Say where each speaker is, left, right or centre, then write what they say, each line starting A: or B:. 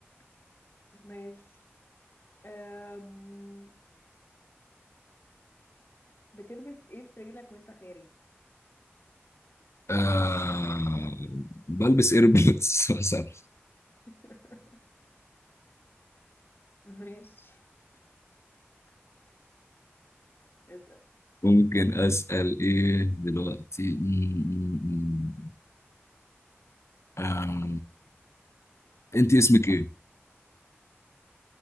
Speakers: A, on the left; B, on the left.
A: ماشي أم... بتلبس ايه في رجلك وانت خارج
B: آه، بلبس ايربودز <laughs> مثلا
A: <laughs> ماشي اسأل
B: ممكن اسال ايه دلوقتي م- م- م. آم، انت اسمك ايه